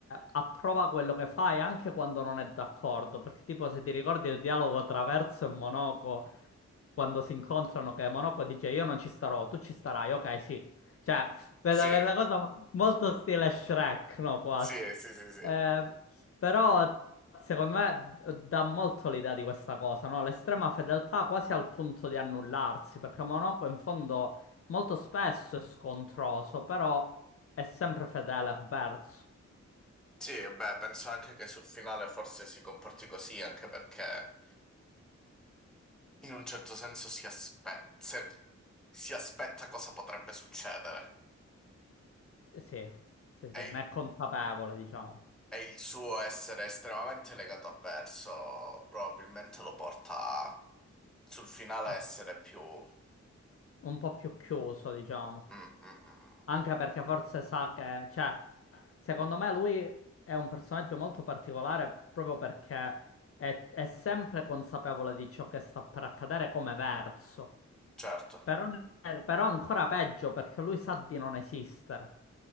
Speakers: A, on the left (about 50°); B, in the centre.
A: approva quello che fai anche quando non è d'accordo. Perché tipo se ti ricordi il dialogo tra Verso e Monoco, quando si incontrano, che Monoco dice io non ci starò, tu ci starai, ok, sì. Cioè, questa
B: sì,
A: per la cosa molto stile Shrek, no, quasi.
B: sì, sì, sì, sì.
A: Eh, però secondo me dà molto l'idea di questa cosa, no? L'estrema fedeltà quasi al punto di annullarsi, perché Monaco in fondo molto spesso è scontroso, però è sempre fedele a verso.
B: Sì, beh, penso anche che sul finale forse si comporti così, anche perché in un certo senso si aspetta... Si aspetta cosa potrebbe succedere.
A: Sì, sì, sì,
B: E
A: ne è consapevole, diciamo.
B: E il suo essere estremamente legato a verso probabilmente lo porta sul finale
A: Ah,
B: a essere più...
A: un po' più chiuso, diciamo.
B: Mm, mm, mm,
A: Anche
B: mm. mm.
A: perché forse sa che, cioè, Secondo me lui è un personaggio molto particolare proprio perché è, è sempre consapevole di ciò che sta per accadere come verso.
B: certo,
A: Però, però ancora peggio perché lui sa di non esistere.